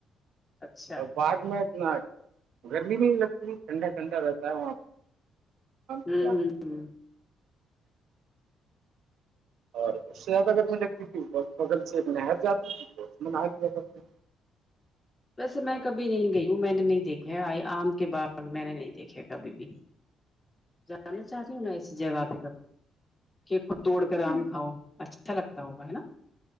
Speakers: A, on the left (about 25°); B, on the right (about 75°).
A: اچھا
B: باغ میں ات گرمی بھی لگتی ٹھنڈا ٹھنڈا رہتا ہے وہاں
A: ہوں
B: کی بات <unintelligible>
A: ہ ہ
B: اور اس سے زیادہ اگر میں لگتی تھی بغل سے میں نہر جاتی تھی تو اس میں نہ کیایا کرتی
A: ویسے میں کبھی نہیں گئی ہوں میں نے نہیں دیکھا آئی آم کے باغ میں نے نہیں دیکھے کبھی بھی جانا چاہتی ہوں میں ایسی جگہ پہ کبھی ک کو توڑ کر آم کھاؤ اچھا لگتا ہوگا ہے نا